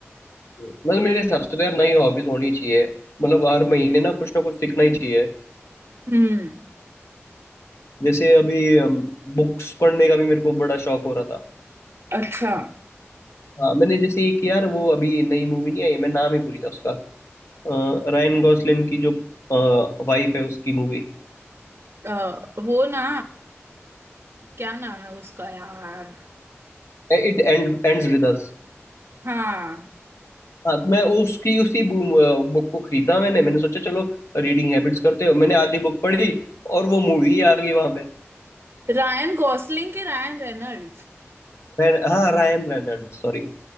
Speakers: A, on the left; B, on the right.
A: मतलब मेरे हिसाब से तो यार नई हॉबीज होनी चाहिए मतलब हर महीने ना कुछ ना कुछ सीखना ही चाहिए
B: हम्म
A: जैसे अभी अम, बुक्स पढ़ने का भी मेरे को बड़ा शौक हो रहा था
B: अच्छा
A: हाँ मैंने जैसे एक यार वो अभी नई मूवी नहीं आई मैं नाम ही भूल गया उसका अ, रायन गॉसलिन की जो वाइफ है उसकी movie
B: अ, वो ना क्या नाम है उसका यार
A: It end ends with us
B: हाँ
A: हाँ तो मैं उसकी उसी बुक को खरीदा मैंने मैंने सोचा चलो रीडिंग हैबिट्स करते हो मैंने आधी बुक पढ़ी और वो मूवी आ गई वहां पे
B: रायन गॉसलिंग के रायन रेनल्ड्स
A: रैन- हाँ रायन रेनल्ड सॉरी